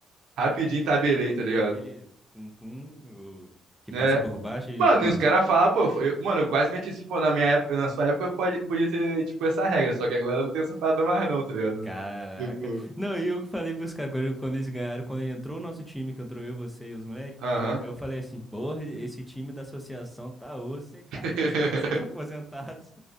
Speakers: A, on the right; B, in the centre.
A: Rapidinho tabelei,
B: Só
A: tá
B: fez
A: ligado?
B: aquele pum-pum o- que
A: Né?
B: passa por baixo e
A: Mano,
B: pum,
A: e os caras
B: chama.
A: falam, pô, foi- eu- mano, eu quase meti assim, pô, na minha época, na sua época, pode, podia ter, tipo, essa regra, só que agora não tem essa parada mais não, tá ligado?
B: Caraca.
A: Tipo,
B: Não, e eu falei pros caras quando, quando eles ganharam, quando ele entrou o nosso time, que entrou eu, você e os moleques,
A: aham.
B: aí eu falei assim, porra, esse time da associação tá osso, hein, cara,
A: <laughs>
B: <laughs> da associação dos aposentados.